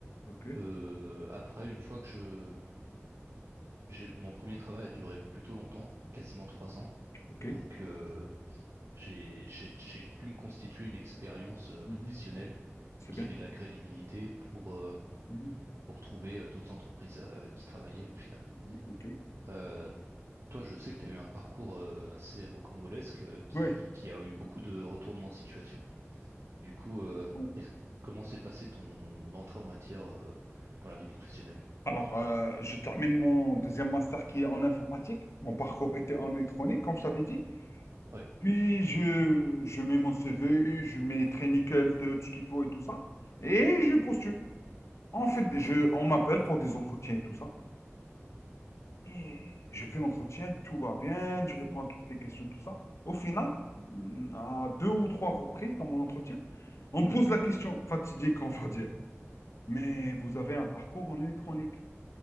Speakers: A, on the left; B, on the right.
A: ok,
B: Euh, après, une fois que je, j'ai, mon premier travail a duré plutôt longtemps, quasiment trois ans.
A: ok.
B: Donc euh, j'ai, j'ai, j'ai pu me constituer une expérience euh,
A: Mhm,
B: professionnelle
A: C'est
B: qui
A: bien.
B: avait de la crédibilité pour, euh,
A: Mhm,
B: pour trouver euh, d'autres entreprises euh, avec qui travailler au final.
A: mhm, ok.
B: Euh, Toi, je sais que tu as eu un parcours euh, assez rocambolesque euh, qui,
A: Oui.
B: qui a eu beaucoup de retournements de situation. Du coup, euh,
A: oui.
B: est-ce- comment s'est passée ton entrée en matière euh, dans la vie professionnelle?
A: Alors, euh, je termine mon deuxième master qui est en informatique. Mon parcours était en électronique, comme je t'avais dit.
B: Ouais,
A: Puis, je, je mets mon CV, je mets très nickel tout ce qu'il faut et tout ça. Et je postule. En fait, je, on m'appelle pour des entretiens et tout ça. Et je fais l'entretien, tout va bien, je réponds à toutes les questions, tout ça. Au final, mm, à deux ou trois reprises dans mon entretien, on me pose la question fatidique, on va dire. Mais vous avez un parcours en électronique.